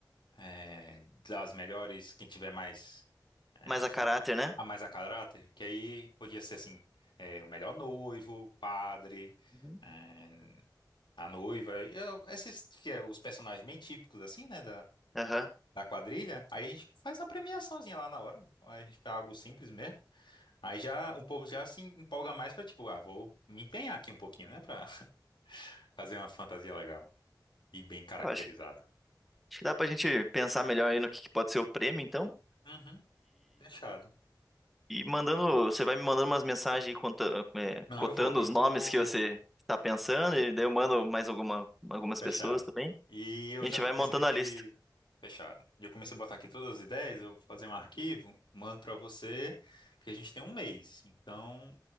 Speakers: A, on the left; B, in the centre.
A: é, das melhores, quem tiver mais, é,
B: Mas a caráter, né?
A: a mais a caráter, que aí podia ser, assim, é, o melhor noivo, padre,
B: Uhum.
A: é, a noiva, e eu- esses que é os personagens bem típicos, assim, né,
B: Aham.
A: da quadrilha, aí a gente faz uma premiaçãozinha lá na hora. A gente faz algo simples mesmo. Aí já o povo já se empolga mais pra tipo, ah, vou me empenhar aqui um pouquinho, né, Pra <laughs> fazer uma fantasia legal e bem caracterizada.
B: Eu acho, acho que dá pra gente pensar melhor aí no que que pode ser o prêmio, então.
A: Uhum, fechado.
B: E mandando, você vai me mandando umas mensagens aí conta- é,
A: Não,
B: cotando
A: eu vou, eu
B: os
A: tô
B: nomes que você está pensando, e daí eu mando mais alguma, algumas
A: fechado.
B: pessoas também.
A: E eu
B: A
A: já
B: gente
A: comecei
B: vai montando
A: aqui
B: a lista.
A: fechado. E eu comecei a botar aqui todas as ideias, eu vou fazer um arquivo, mando pra você, porque a gente tem um mês. Então,